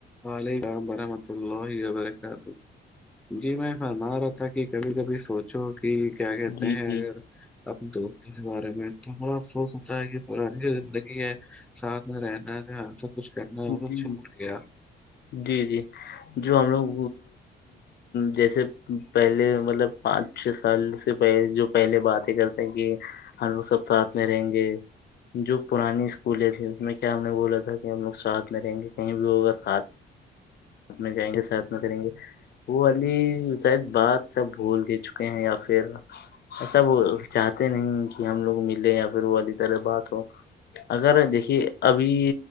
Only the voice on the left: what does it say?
جی
جی
جی
جی جی جو ہم لوگ جیسے پہلے مطلب پانچ چھ سال سے پہل جو پہلے باتیں کرتے ہیں کہ ہم لوگ سب ساتھ میں رہیں گے جو پرانی اسکولیں تھی اس میں کیا ہم نے بولا تھا کہ ہم لوگ ساتھ میں رہیں گے کہیں بھی ہوگا ساتھ اپنے جائیں گے ساتھ میں کریں گے وہ علی شاید بات سب بھول دے چکے ہیں یا پھر ایسا وہ چاہتے نہیں کہ ہم لوگ ملے یا پھر وہ والی طرح بات ہو اگر دیکھیے ابھی